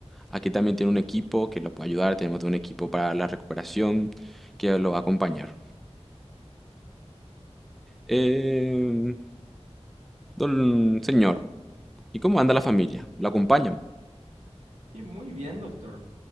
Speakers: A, in the centre; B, on the right (about 80°).
A: Aquí también tiene un equipo que lo puede ayudar, tenemos todo un equipo para la recuperación que lo va a acompañar. Eh, don señor, ¿y cómo anda la familia? ¿La acompañan?
B: Y muy bien, doctor.